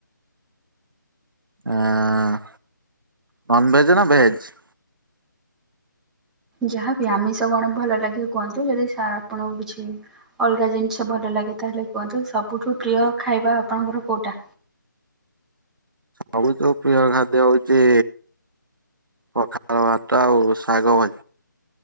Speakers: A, on the right; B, in the centre.
A: ଆଁ ନନ୍ ଭେଜ୍ ନା ଭେଜ୍?
B: ଯାହାବି ଆମିଷ କଣ ଭଲ ଲାଗେ କୁହନ୍ତୁ ଯଦି ସା ଆପଣଙ୍କୁ କିଛି ଅଲଗା ଜିନିଷ ଭଲ ଲାଗେ ତାହେଲେ କୁହନ୍ତୁ ସବୁଠୁ ପ୍ରିୟ ଖାଇବା ଆପଣଙ୍କର କୋଉଟା?
A: ସବୁତୁ ପ୍ରିୟ ଖାଦ୍ୟ ହଉଚି ପଖାଳ ଭାତ ଆଉ ଶାଗ ଭ